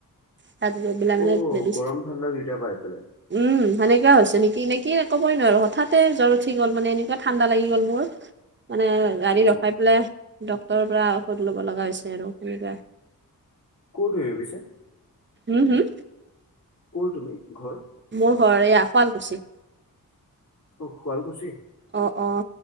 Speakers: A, on the right; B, on the left.
A: তাত গৈ পেলাই মানে
B: অ,
A: মেডিচ
B: গৰম, ঠাণ্ডা দুইটা পাই পেলে।
A: উম, সেনেকোৱা হৈছে নেকি নে কি ক'বই নোৱাৰো হঠাতে জ্বৰ উঠি গ'ল মানে এনেকুৱা ঠাণ্ডা লাগি গ'ল মোৰ। মানে গাড়ী
B: অ'
A: ৰখাই পেলাই ডক্তৰৰ পৰা ঔষধ লব লগা হৈছে আৰু সেনেকা।
B: ক'ত এৰু পিছে
A: উম হম।
B: কৰ তুমি ঘৰ?
A: মোৰ ঘৰ এয়া শুৱালকুছি।
B: অ শুৱালকুছি।
A: অ অ